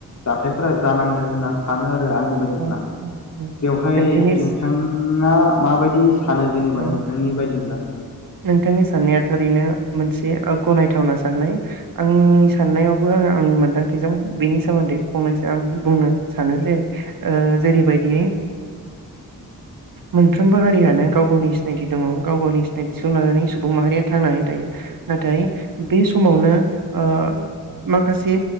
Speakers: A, on the left; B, on the right.
A: जाथायफोरा जा जानांदों होनना सानो <unintelligible> आंनि बायदिब्ला
B: औ औ
A: बेवहाय
B: नोंथांनि
A: नोंथाङा माबायदि सानो जेनेबा
B: अ
A: नोंथांनि बायदिब्ला
B: नोंथांनि साननाया थारैनो मोनसे ओ गनायथावना साननाय आंनि साननायावबो आङो आंनि मोन्दांथिजों बेनि सोमोन्दै फंनैसो आं बुंनो सानो जे ओ जेरैबायदि मोनफ्रोमबो हारियानो गाव गावनि सिनायथि दङ गाव गावनि सिनायथिखौ लानानै सुबुं माहारिया थांनानै थायो नाथाय बे समावनो माखासे